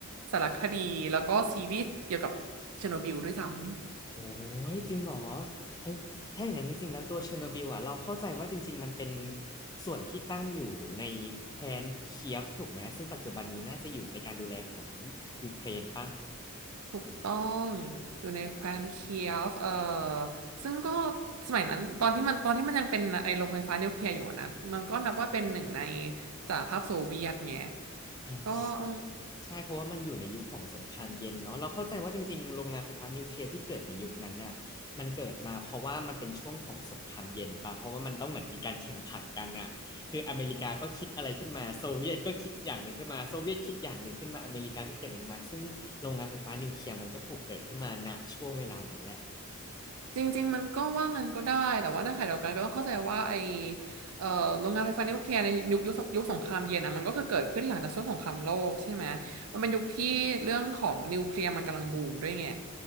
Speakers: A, on the right (about 85°); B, on the left (about 20°).
A: สารคดีแล้วก็ซีรีส์เกี่ยวกับเชอร์โนบิลด้วยซ้ำ
B: โอ้ยจริงเหรอเอ้ยถ้าอย่างนั้นจริงๆแล้วตัวเชอร์โนบิลอ่ะเราเข้าใจว่าจริงๆมันเป็นส่วนที่ตั้งอยู่ในแคว้นเคียฟถูกไหม ซึ่งปัจจุบันนี้น่าจะอยู่ในการดูแลของยูเครนป่ะ
A: ถูกต้อง อยู่ในแคว้นเคียฟเอ่อซึ่งก็สมัยนั้นตอนที่มันตอนที่มันยังเป็นไอ้โรงไฟฟ้านิวเคลียร์อยู่อะนะ มันก็นับว่าเป็นหนึ่งในสหภาพโซเวียตไง
B: อ่า
A: ก็เออ
B: ใช่เพราะว่ามันอยู่ในยุคของสงครามเย็นเนาะเราเข้าใจว่าจริงๆโรงงานไฟฟ้านิวเคลียร์ที่เกิดในยุคนั้นน่ะมันเกิดมาเพราะว่ามันเป็นช่วงของสงครามเย็นป่ะเพราะว่ามันต้องเหมือนมีการแข่งขันกันน่ะคืออเมริกาก็คิดอะไรขึ้นมาโซเวียตก็คิดอย่างหนึ่งขึ้นมาโซเวียตคิดอย่างหนึ่งขึ้นมาอเมริกาก็คิดอย่างหนึ่งมาซึ่งโรงงานไฟฟ้านิวเคลียร์มันก็ถูกเกิดขึ้นมาณช่วงเวลานั้นแหละ
A: จริงๆมันก็ว่างั้นก็ได้แต่ว่าในขณะเดียวกันก็ต้องเข้าใจว่าไอเอ่อโรงงานไฟฟ้านิวเคลียร์ในยุคยุคสงยุคสงครามเย็นนะมันก็คือเกิดขึ้นหลังจากช่วงสงครามโลกใช่ไหมมันเป็นยุคที่เรื่องของนิวเคลียร์มันกำลังบูมด้วยไง